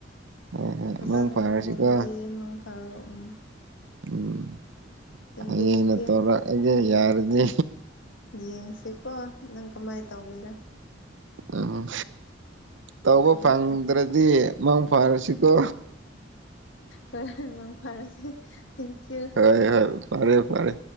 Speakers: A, on the right (about 80°); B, on the left (about 90°).
A: ꯍꯣꯏ ꯍꯣꯏ
B: ꯐꯖꯅ
A: ꯃꯪ ꯐꯔꯁꯤꯀꯣ
B: ꯇꯨꯝꯃꯣ ꯑꯗꯨꯗꯤ ꯃꯪ ꯐꯔꯣ ꯎꯝ
A: ꯎꯝ
B: ꯊꯦꯡꯀ꯭ꯌꯨ
A: ꯍꯌꯦꯡꯅ
B: ꯊꯦꯡꯀ꯭ꯌꯨ
A: ꯇꯧꯔꯛꯑꯒꯦ ꯌꯥꯔꯗꯤ
B: ꯌꯦꯡꯁꯤꯀꯣ ꯅꯪ ꯀꯃꯥꯏꯅ ꯇꯧꯒꯦꯔꯥ
A: ꯎꯝ ꯇꯧꯕ
B: ꯊꯝꯃꯣ
A: ꯐꯪꯗ꯭ꯔꯗꯤ
B: ꯊꯝꯃꯣ
A: ꯃꯪ ꯐꯥꯔꯁꯤꯀꯣ
B: ꯍꯣꯏꯦꯟ ꯃꯥꯡ ꯐꯥꯔꯁꯦ ꯊꯦꯡꯀ꯭ꯌꯨ
A: ꯍ ꯍꯣꯏ ꯐꯥꯔꯦ ꯐꯔꯦ